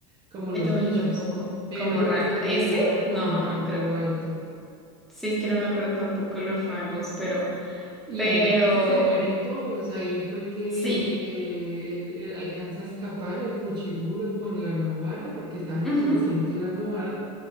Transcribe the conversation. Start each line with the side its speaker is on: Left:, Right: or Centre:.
Right: como los
Centre: No,
Right: bichos,
Centre: yo tampoco.
Right: pero
Centre: Como ran-
Right: este
Centre: ¿Ese?
Right: era
Centre: No,
Right: con un rango
Centre: creo.
Right: alto.
Centre: Sí, es que no me acuerdo tampoco los rangos, pero.
Right: Y
Centre: Pero.
Right: ahí casi se mueren todos. Ahí fue que eh,
Centre: Sí.
Right: él, él alcanza a escapar el Fuchiguro con la Novara, porque estaba inconsciente
Centre: Ujú,
Right: la Novara.